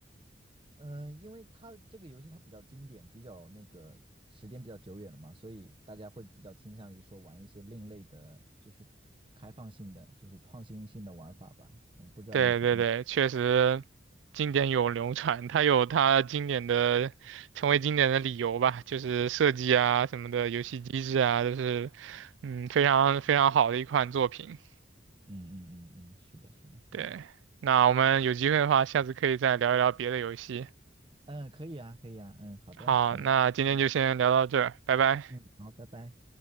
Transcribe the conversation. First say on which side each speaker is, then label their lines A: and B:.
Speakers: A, on the right (about 30°); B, on the right (about 80°).
A: 嗯，呃因为它这个游戏它比较经典，比较那个时间比较久远了嘛，所以大家会比较倾向于说玩一些另类的，就是开放性的，就是创新性的玩法吧。嗯，不知道你怎你，
B: 对对对，确实经典永流传，它有它经典的成为经典的理由吧，就是设计啊什么的，游戏机制啊，都是嗯非常非常好的一款作品。
A: 嗯嗯嗯嗯，是的，是的，
B: 对，
A: 嗯
B: 那我们有机会的话，下次可以再聊一聊别的游戏。
A: 嗯，可以啊，可以啊，嗯，好的，
B: 好，
A: 行，
B: 那今天就先聊到这儿，
A: 嗯
B: 拜拜。
A: 嗯，好，拜拜。